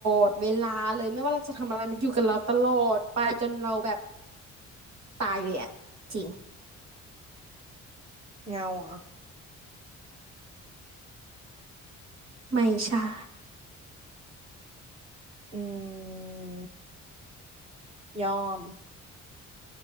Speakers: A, on the right; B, on the right.
A: ดเวลาเลยไม่ว่าเราจะทำอะไรมันอยู่กับเราตลอดไปจนเราแบบตายเลยอะจริง
B: เงาเหรอ
A: ไม่ใช่
B: อืมยอม